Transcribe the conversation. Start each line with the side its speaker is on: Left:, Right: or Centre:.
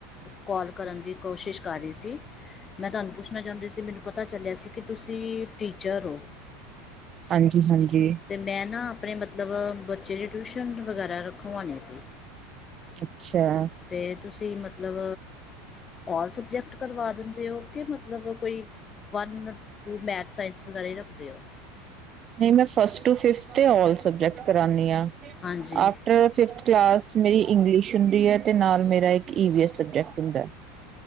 Left: ਕੌਲ ਕਰਨ ਦੀ ਕੋਸ਼ਿਸ਼ ਕਰ ਰਹੀ ਸੀ ਮੈਂ ਤੁਆਨੂੰ ਪੁੱਛਣਾ ਚਾਹੁੰਦੀ ਸੀ। ਮੈਨੂੰ ਪਤਾ ਚੱਲਿਆ ਸੀ ਕਿ ਤੁਸੀਂ ਟੀਚਰ ਓ।
Right: ਹਾਂਜੀ-ਹਾਂਜੀ।
Left: ਤੇ ਮੈਂ ਨਾ ਆਪਣੇ ਮਤਲਬ ਬੱਚੇ ਦੀ ਟਿਊਸ਼ਨ ਵਗੈਰਾ ਰਖਵਾਣੀ ਸੀ
Right: ਅੱਛਾ
Left: ਅਤੇ ਤੁਸੀਂ ਮਤਲਬ ਔਲ ਸਬਜੈਕਟ ਕਰਵਾ ਦਿੰਦੇ ਹੋ। ਕਿ ਮਤਲਬ ਕੋਈ ਵਨ ਟੂ ਮੈਥ ਸਾਇੰਸ ਵਗੈਰਾ ਹੀ ਰੱਖਦੇ ਹੋ।
Right: ਨਹੀਂ ਮੈਂ first to fifth all subject ਕਰਾਨੀ ਆ
Left: ਹਾਂਜੀ
Right: ਅਫਟਰ ਫਿਫਥ ਕਲਾਸ ਮੇਰੀ ਇੰਗਲਿਸ਼ ਹੁੰਦੀ ਐ, ਤੇ ਨਾਲ ਮੇਰਾ ਇੱਕ ਈਵੀ ਐੱਸ ਸਬਜੈਕਟ ਹੁੰਦਾ ਐ